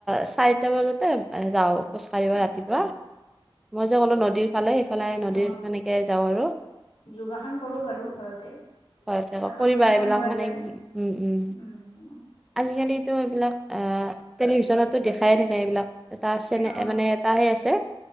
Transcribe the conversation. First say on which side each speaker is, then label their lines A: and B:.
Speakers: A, in the centre; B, on the left (about 70°).
A: চাৰিটা বজাতে যাও। খোজকাঢ়িবা
B: অ
A: ৰাতিপুৱা মই যে ক'লোঁ নদীৰ ফালে সেইফালে নদীৰত
B: অ
A: সেনেকে যাওঁ আৰু।
B: যোগাসন কৰোঁ বাৰু ঘৰতে।
A: ঘতে আকৌ
B: আসন
A: কৰিবা
B: কিছুমান
A: এইবিলাক
B: কৰা
A: মানে
B: যায়
A: উম উম।
B: উম
A: আজিকালোতো এইবিলাক আহ টেলিভিশনতো দেখাই থাকে এইবিলাক। এটা আছে নে
B: অ
A: মানে এটা সে আছে